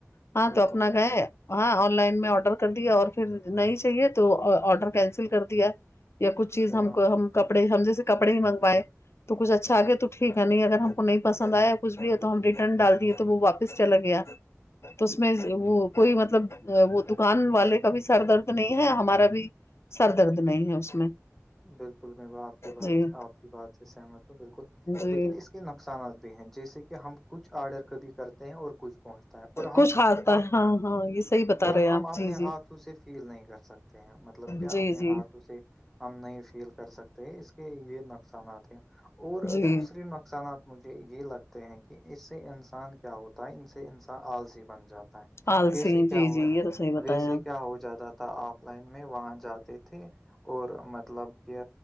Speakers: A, on the left; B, in the centre.
A: ہاں
B: بالکل
A: تو اپنا کہ ہاں آن لائن میں آڈر کر دیا اور پھر نہیں چاہیے تو آرڈر کینسل کر دیا یا کچھ چیز
B: بالکل
A: ہم کو ہم کپڑے ہم جیسے کپڑے ہی منگوائے تو کچھ اچھا گیا تو ٹھیک ہے نہیں اگر ہم کو نہیں پس آیا کچھ ہے تو ہم ریٹرن ڈال دیے تو وہ واپس س چلا گیا تو اس میں وہ کوئی مطلب وہ دکان والے کا بھی سر درد نہیں ہے ہمارا بھی سر درد نہیں ہے اس میں
B: بالکل میں ب آپ کی بات
A: جی
B: آپ کی بات سے سہمت ہوں بالکل
A: جی
B: لیکن اس کے نق نقصانات بھی ہیں جیسے کہ ہم کچھ آرڈر کبھی کرتے ہیں اور کچھ پہنچتا ہے اور
A: کچھ
B: ہم
A: آتا
B: ہھ
A: ہے ہاں ہاں یہ صحیح بتا
B: اور
A: رہے ہیں
B: ہم
A: آپ
B: اپنے
A: جی جی
B: ہاتھ سے فیل نہیں کر سکتے ہیں مطلب کیا
A: جی
B: اپنے
A: جی
B: ہاتھوں سے ہم نہیں فیل کر سکتے ہیں اس کے یہ نقصانات ہیں اور
A: جی
B: دوسریے نقصانات مجھے یہ لگتے ہیں کہ اس سے انسان کیا ہوتا ہے ان سے انسان آالسیی بن جاتا
A: آلسی
B: ویسے کیا
A: جی
B: ہو
A: جی یہ تو صحیح بتایا
B: ویسے
A: آپ
B: کیا ہو جاتا آف لائن میں وہاں جاتے تھے اور مطلب کہ